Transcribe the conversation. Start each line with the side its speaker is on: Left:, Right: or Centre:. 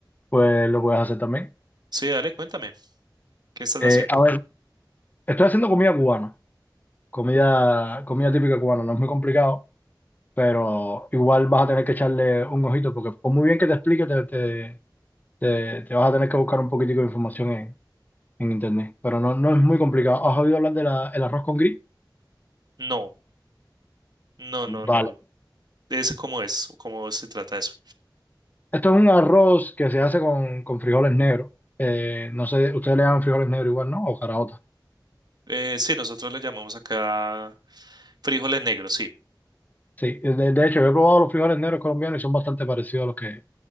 Left: pues lo puedes hacer también.
Right: Sí, dale, cuéntame, ¿qué estás
Left: Eh,
Right: haciendo?
Left: a ver, estoy haciendo comida cubana, comida, comida típica cubana, no es muy complicado, pero igual vas a tener que echarle un ojito porque por muy bien que te explique, te, te- te, te vas a tener que buscar un poquitico de información en, en internet, pero no, no es muy complicado. ¿Has oído hablar del arroz con gris?
Right: No, no, no, no.
Left: Vale.
Right: ¿Es cómo es? ¿Cómo se trata eso?
Left: Esto es un arroz que se hace con, con frijoles negros. Eh, no sé, ustedes le llaman frijoles negros igual, ¿no? O caraotas.
Right: Eh, sí, nosotros le llamamos acá frijoles negros, sí.
Left: Sí, eh, de, de hecho, yo he probado los frijoles negros colombianos y son bastante parecidos a los que,